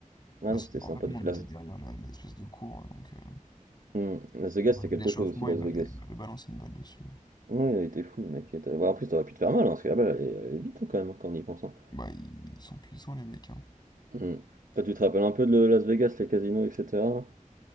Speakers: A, on the right (about 75°); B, on the left (about 30°).
A: Ah
B: Bah,
A: non,
B: c'était-
A: c'était
B: en
A: sympa
B: fait, nous,
A: de fou.
B: on était
A: Las...
B: derrière la- l'espèce de cours, donc... euh,
A: Hum, Las Vegas,
B: pendant
A: c'était quelque
B: L'échauffement,
A: chose aussi, Las
B: il m'avait
A: Vegas.
B: il m'avait balancé une balle dessus.
A: Ouais, il a été fou, le mec. T'as- ouais, en plus, t'aurais pu te faire mal, hein, parce que la balle, elle est, elle est vite, hein, quand même, hein, quand on y pense. hein.
B: Bah, ils sont puissants, les mecs, hein.
A: Hum. Toi, tu te rappelles un peu de Las Vegas, les casinos, etc.